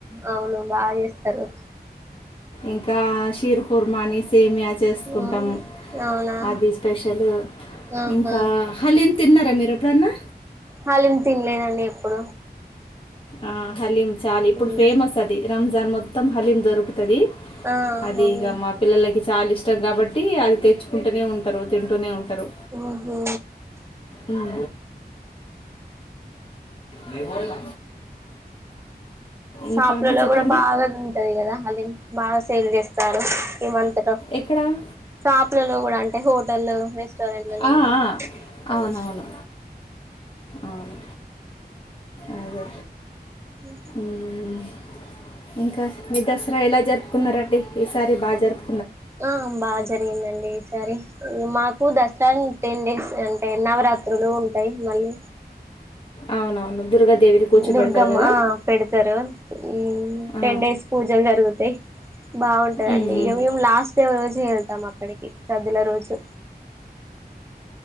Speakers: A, on the right; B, on the left.
A: అవును బాగా చేస్తారు
B: ఇంకా షీర్ కుర్మాని సేమియా చేసుకుంటాము
A: ఉమ్ అవునా
B: అది స్పెషల్
A: ఆహా
B: ఇంకా హలీమ్ తిన్నారా మీరు ఎప్పుడన్నా
A: హలీమ్ తినలేదండి ఎప్పుడు
B: ఆ హలీం చాలా ఇప్పుడు
A: ఉమ్
B: ఫేమస్ అది రంజాన్ మొత్తం హలీం దొరుకుతది
A: ఆ అవును
B: అది ఇక మా పిల్లలకి చాలా ఇష్టం కాబట్టి అది తెచ్చుకుంటూనే ఉంటారు తింటూనే ఉంటారు
A: ఉహు
B: ఉం న
A: షాపులలో
B: ఇంకా అంటే చెప్పండి
A: కూడా బాగా ఉంటది కదా హలీం బాగా సేల్ చేస్తారు ఈమంతలో
B: ఎక్కడ
A: షాపులలో కూడా అంటే హోటల్ రెస్టారెంట్లలో
B: ఆ, ఆ,
A: అ
B: అవునవును అవును అదే
A: ఉ
B: మ్మ్. ఇంకా మీ దసరా ఎలా జరుపుకున్నరంటి ఈసారి బా జరుపు
A: ఆ బా జరిగిందండి సరి మాకు దసరా టెన్ డేస్ అంటే నవరాత్రులు ఉంటాయి మళ్ళీ
B: అవునవును దుర్గాదేవిని కూర్చోబెడతారు
A: దుర్గమ్మ
B: కదా
A: ఆ పెడతరు ఉం
B: ఆ.
A: టెన్ డేస్ పూజలు జరుగుతయి బాగుంటదండి
B: మ్మ్, మ్మ్.
A: ఇవి లాస్ట్ డే రోజే వెళ్తాం అక్కడికి సద్దుల రోజు